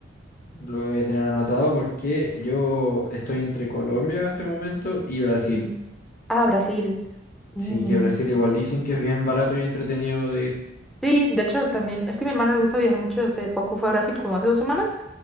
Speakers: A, on the left; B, in the centre.
A: Lo voy a tener anotado porque yo estoy entre Colombia en este momento y Brasil.
B: Mm. Ah, Brasil. Mm.
A: Sí, que Brasil igual dicen que es bien barato y entretenido de ir.
B: Sí, de hecho también, es que a mi hermana le gusta viajar mucho, hace poco fue a Brasil, como hace dos semanas.